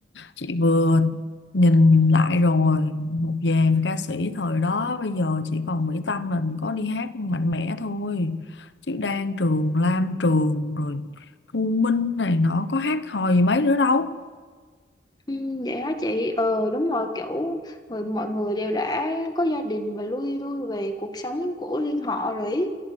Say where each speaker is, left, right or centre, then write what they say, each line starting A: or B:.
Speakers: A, on the left; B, on the left.
A: chị vừa nhìn lại rồi một dàn ca sĩ thời đó bây giờ chỉ còn Mỹ Tâm là mình có đi hát mạnh mẽ thôi chứ Đan Trường Lam Trường rồi Thu Minh này nó có hát hò gì mấy nữa đâu
B: Ừ, vậy hả chị ờ đúng rồi kiểu người mọi người đều đã có gia đình và lui lui về cuộc sống của riêng họ rồi ý.